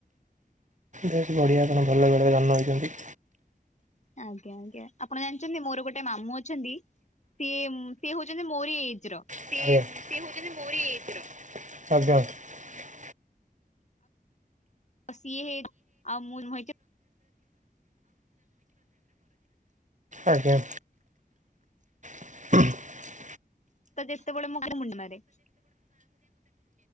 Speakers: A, on the right; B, on the left.
A: ବେଶ ବଢ଼ିଆ ଆପଣ ଭଲ ବେଳେ ଜନ୍ମ ହେଇଛନ୍ତି।
B: ଆଜ୍ଞା ଆଜ୍ଞା ଆପଣ ଜାଣିଛନ୍ତି ମୋର ଗୋଟେ ମାମୁଁ ଅଛନ୍ତି ସିଏମ୍ ସିଏ ହଉଛନ୍ତି ମୋରି ଏଜ ର।
A: ସିଏ <unintelligible> ପୁରୀ <unintelligible>
B: ସିଏ ଆଉ ମୁଁ ନୁହେଁ ଯେ
A: ଆଜ୍ଞା। <inaudible>
B: ତ ଯେତେ ବେଳେ <unintelligible> ମୁଣ୍ଡ ମାରେ।